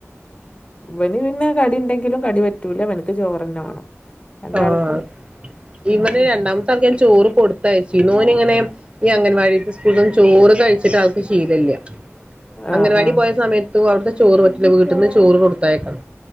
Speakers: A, on the left; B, on the right.
A: ഇവന് പിന്നെ കടി ഇണ്ടെങ്കിലും കടി പറ്റൂല്ല ഇവനിക്ക് ചോറെന്നെ വാണം. രണ്ടാള്ക്കും
B: ആഹ് ഇവന് രണ്ടാമത്താൾക്ക് ഞാൻ ചോറ് കൊടുത്തയച്ചിനു ഓന് ഇങ്ങനെ ഈ അംഗൻവാടിതെ <unintelligible> ചോറ് കഴിച്ചിട്ട് ആൾക്ക് ശീലല്ല്യ അഗനവാടി
A: ആഹ് ആഹ്
B: പോയ സമയത്ത് ത്തു അവിട്ത്തെ ചോറ് പറ്റുല്ല വീട്ടിന്ന് ചോറ് കൊടുത്തേക്കണം